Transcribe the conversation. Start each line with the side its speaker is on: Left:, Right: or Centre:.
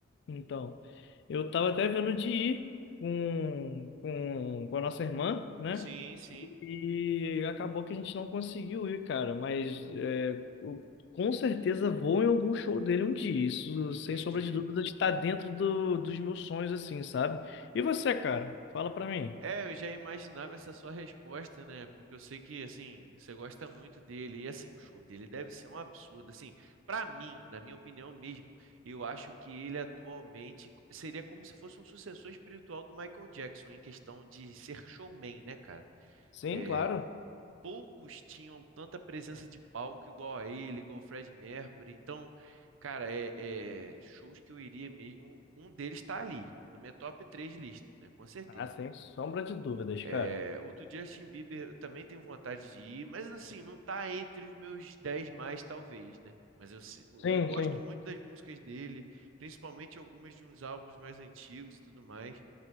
Left: Então, eu estava até vendo de ir com, com, com a nossa irmã, né?
Right: Sim, sim,
Left: E acabou que a gente não conseguiu ir, cara. Mas é, eu com certeza vou em algum show dele um dia. Isso,
Right: entendi.
Left: sem sombra de dúvida, está dentro do, dos meus sonhos, assim, sabe? E você, cara? Fala pra mim.
Right: É, eu já imaginava essa sua resposta, né? Porque eu sei que, assim, você gosta muito dele. E, assim, o show dele deve ser um absurdo. Assim, pra mim, na minha opinião mesmo, eu acho que ele atualmente seria como se fosse um sucessor espiritual do Michael Jackson, em questão de ser showman, né, cara?
Left: Sim,
Right: É,
Left: claro.
Right: poucos tinham tanta presença de palco igual a ele, igual o Fred Mercury. Então, cara, é, é shows que eu iria mesmo. Um deles está ali, na minha top 3 lista, né? Com certeza.
Left: Ah, sem sombra de dúvidas,
Right: É,
Left: cara.
Right: o do Justin Bieber eu também tenho vontade de ir, mas assim, não tá entre os meus 10 mais, talvez, né? Mas eu, se-
Left: Sim,
Right: eu gosto
Left: sim.
Right: muito das músicas dele, principalmente algumas de uns álbuns mais antigos e tudo mais.